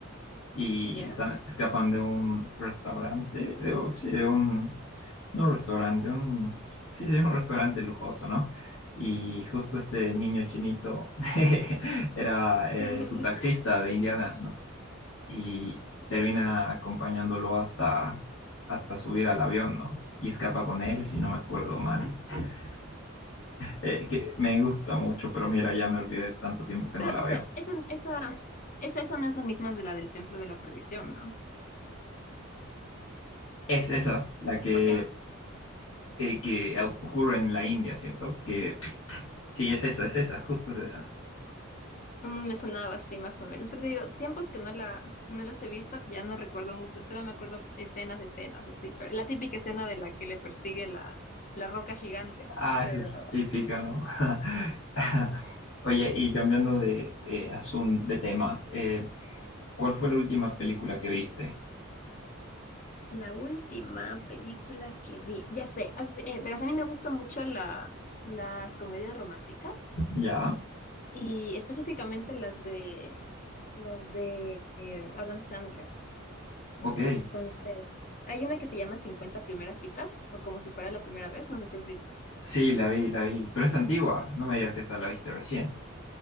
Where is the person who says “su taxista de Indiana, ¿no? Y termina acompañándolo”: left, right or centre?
Left